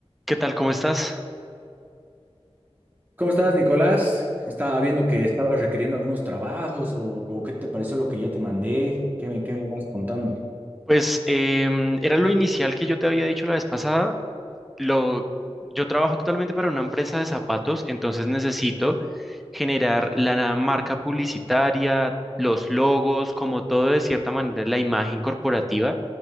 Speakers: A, in the centre; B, on the right.
A: ¿Qué tal? ¿Cómo estás?
B: ¿Cómo estás, Nicolás? Estaba viendo que estabas requiriendo algunos trabajos o, o qué te pareció lo que ya te mandé, qué me, qué me vas contando.
A: Pues em, era lo inicial que yo te había dicho la vez pasada. Lo, yo trabajo actualmente para una empresa de zapatos, entonces necesito generar la marca publicitaria, los logos, como todo de cierta manera, la imagen corporativa